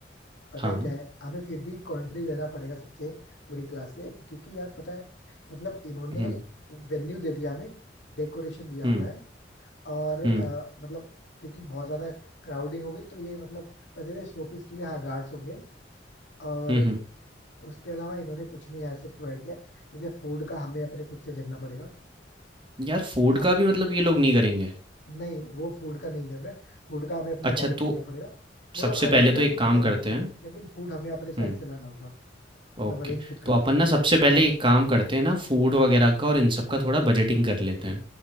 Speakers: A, on the left (about 75°); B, on the right (about 30°).
A: पता
B: हाँ।
A: है क्या है हमें फिर भी कंट्री लेना पड़ेगा सबसे पूरी क्लास से क्योंकि यार पता है मतलब इन्होंने
B: हुँ,
A: वेन्यू दे दिया हमें डेकोरेशन दिया
B: हुँ,
A: हुआ है और अ,
B: हुँ,
A: मतलब क्योंकि बहुत ज्यादा क्राउडिंग होगी तो ये मतलब वैसे शोपीस के लिए हाँ गार्ड्स होंगे और
B: हुँ, हुँ।
A: उसके अलावा इन्होंने कुछ नहीं ऐसे प्रोवाइड किया है। जैसे फूड का हमें अपने खुद से देखना पड़ेगा
B: यार फूड
A: हाँ
B: का भी मतलब ये लोग नहीं करेंगे?
A: नहीं वो फूड का नहीं कर रहे फूड का हमें अपने
B: अच्छा
A: अकॉर्डिंग
B: तो
A: देखना पड़ेगा वो
B: सबसे
A: लोग अरेंजमेंट
B: पहले तो एक
A: पूरी
B: काम
A: दे
B: करते
A: देंगे
B: हैं
A: लेकिन फूड हमें अपने साइड
B: हुँ,
A: से लाना होगा मतलब
B: ओके।
A: अरेंज खुद करना
B: तो अपन
A: होगा
B: ना सबसे पहले एक काम करते हैं ना फूड वगैरह का और इन सब का थोड़ा बजटिंग कर लेते हैं।